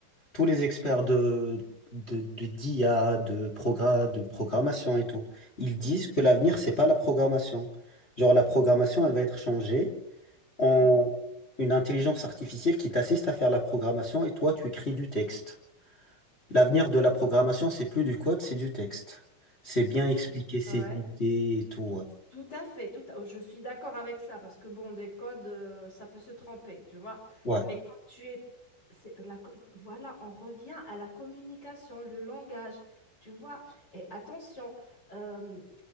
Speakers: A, on the left (about 50°); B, on the left (about 20°).
A: tous les experts de, de, de- d'IA, de progra-
B: Mhm,
A: de programmation et tout, ils
B: mhm,
A: disent que l'avenir, c'est pas la programmation. Genre, la programmation, elle va être changée en
B: mhm.
A: une intelligence artificielle qui t'assiste à faire la programmation et toi, tu écris du texte. L'avenir de la programmation, c'est plus du code, c'est du texte. C'est bien expliquer
B: D'accord.
A: ses
B: Ouais.
A: idées et tout.
B: Tout à fait, tout à- Je suis d'accord avec ça parce que bon, des codes, euh, ça peut se tromper, tu vois.
A: Ouais,
B: Mais quand tu es, c'est la... co- voilà, on revient à la communication, le langage, tu vois. Et attention, euh,